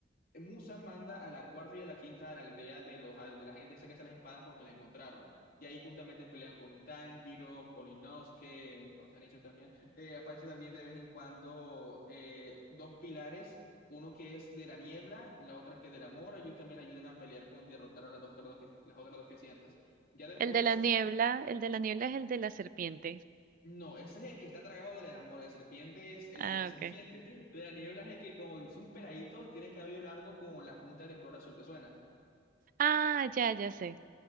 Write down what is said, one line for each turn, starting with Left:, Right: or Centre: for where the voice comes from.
Left: Musa manda a la cuarta y a la quinta a la aldea de, los, de la gente esa que hace las espadas porque la encontraron. Y ahí justamente pelean con Tanjiro, con Inosuke, con Shinichiro también. Eh, aparece también de vez en cuando eh, dos pilares, uno que es de la niebla, la otra que es del amor. Ellos también ayudan a pelear con derrotar a las dos otras dos que, las otras dos que sientes. Ya después
Right: El de la niebla, el de la niebla es el de la serpiente.
Left: no, ese es el que está tragado de la mora de serpiente, es el
Right: Ah,
Left: de la serpiente.
Right: ok.
Left: <laughs> De la niebla es el que, como dice un peladito, tiene el cabello largo con las puntas de color azul, ¿te suena?
Right: Ah, ya, ya sé.